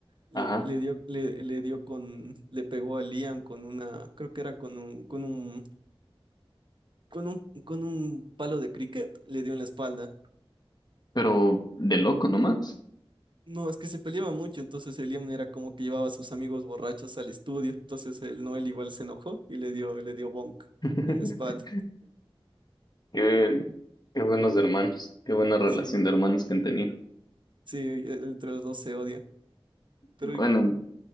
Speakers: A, on the right; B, on the left.
A: Le,
B: Ajá.
A: le dio, le, le dio con, le pegó a Liam con una, creo que era con un, con un, con un, con un palo de cricket, le dio en la espalda.
B: Pero de loco nomás.
A: No, es que se peleaba mucho, entonces el Liam era como que llevaba a sus amigos borrachos al estudio, entonces el Noel igual se enojó y le dio, le dio bonk
B: <laughs>
A: en la espalda.
B: Qué, qué buenos hermanos, qué buena relación
A: Sí,
B: de hermanos que han tenido.
A: sí, e- entre los dos se odian, pero,
B: Bueno,